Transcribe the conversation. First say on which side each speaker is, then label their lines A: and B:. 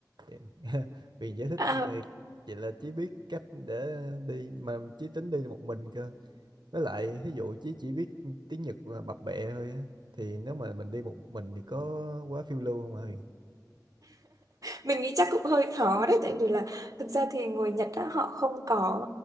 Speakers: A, on the right (about 85°); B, on the right (about 50°).
A: Vậy- <laughs> Huyền giải thích
B: à,
A: ờ, vậy là Chí biết cách để đi mà Chí tính đi một mình cơ với lại thí dụ chỉ chỉ biết tiếng Nhật mà bập bẹ thôi á thì nếu mà mình đi một mình thì có quá phiêu lưu không hả Huyền
B: mình nghĩ chắc cũng hơi khó đấy tại vì là thực ra thì người Nhật á, họ không có